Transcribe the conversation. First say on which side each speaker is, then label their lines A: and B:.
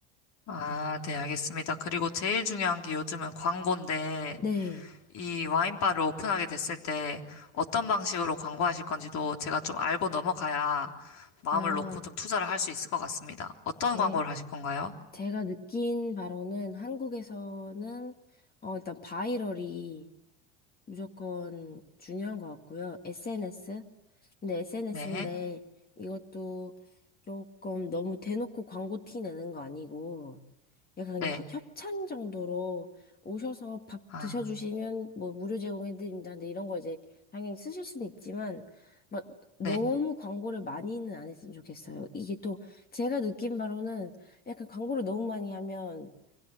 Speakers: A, on the left; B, on the left.
A: 아, 네, 알겠습니다. 그리고 제일 중요한 게 요즘은 광고인데,
B: 네.
A: 이 와인바를 오픈하게 됐을 때 어떤 방식으로 광고하실 건지도 제가 좀 알고 넘어가야 마음을
B: 아,
A: 놓고 좀 투자를 할 수 있을 것 같습니다. 어떤
B: 제,
A: 광고를 하실 건가요?
B: 제가 느낀 바로는 한국에서는, 어, 일단 바이럴이 무조건 중요한 것 같고요. SNS? 근데 SNS인데
A: 네,
B: 이것도 조금 너무 대놓고 광고 티 내는 거 아니고 약간
A: 네,
B: 그냥 협- 협찬 정도로 오셔서 밥
A: 아,
B: 드셔주시면 뭐 무료 제공해드립니다. 근데 이런 거 이제 당연히 쓰실 수는 있지만 막
A: 네,
B: 너무 광고를 많이는 안 했으면 좋겠어요. 이게 또 제가 느낀 바로는 약간 광고를 너무 많이 하면